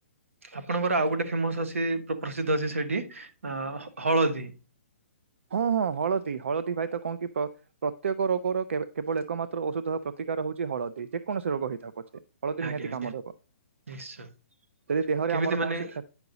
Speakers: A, on the right; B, on the right.
A: ଆପଣଙ୍କର ଆଉ ଗୋଟେ ଫେମସ ଅଛି ପ୍ରସିଦ୍ଧ ଅଛି ସେଇଠି ଅ ହଳଦୀ
B: ହଁ ହଁ ହଳଦୀ ହଳଦୀ ଭାଇ ତ କଣ କି ପ୍ରତ୍ୟେକ ରୋଗର କେବଳ ଏକମାତ୍ର ଔଷଧ ହବ ପ୍ରତିକାର ହଉଛି ହଳଦୀ ଯେକୌଣସି ରୋଗ ହେଇଥାଉ ପଛେ। ହଳଦୀ
A: ଆଜ୍ଞା
B: ନିହାତି
A: ଆଜ୍ଞା
B: କାମ ଦେବ
A: ନିଶ୍ଚୟ
B: ଯଦି ଦେହରେ
A: କେମିତି
B: ଆମର
A: ମାନେ
B: କୌଣସି କ୍ଷ